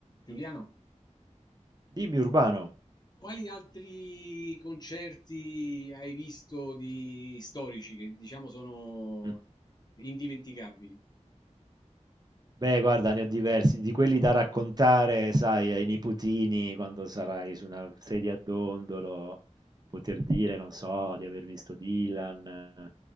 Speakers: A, on the left; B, on the right.
A: Giuliano,
B: Dimmi Urbano.
A: quali altri concerti hai visto di storici che diciamo sono
B: Mm.
A: indimenticabili?
B: Beh, guarda, ne ho diversi, di quelli da raccontare, sai, ai nipotini quando sarai su una sedia a dondolo, poter dire, non so, di aver visto Dylan,